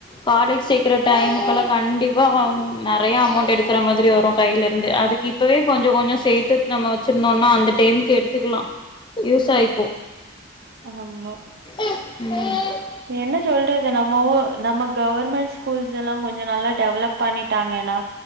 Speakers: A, on the left; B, on the right.
A: காலேஜ் சேக்கற டைமுக்குள்ள கண்டிப்பா நெறைய அமௌண்ட் எடுக்கற மாதிரி வரு கைல இருந்து அதுக்கு இப்பவே கொஞ்சொ கொஞ்சொ சேத்து நம்ம வெச்சிருந்தோனா அந்த டேம்க்கு எடுத்துக்கலா யூஸாயி
B: ஆமா
A: ம்
B: என்ன சொல்றது நம்ம ஊ நம்ம கவர்மெண்ட் ஸ்கூல்ஸ் எல்லா கொஞ்ச நல்லா டெவலப் பண்ணிட்டாங்கெனா